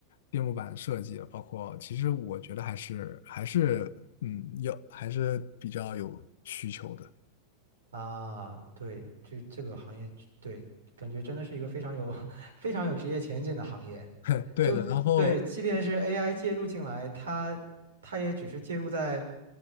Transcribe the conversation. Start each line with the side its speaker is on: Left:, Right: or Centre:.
Left: 电路板设计，包括其实我觉得还是还是嗯有还是比较有需求的。
Right: 啊，对，这这个行业，对，感觉真的是一个非常有 <laughs> 非常有职业前景的行业。
Left: <laughs> 对的，
Right: 就对，
Left: 然后
Right: 即便是 AI 介入进来，它它也只是介入在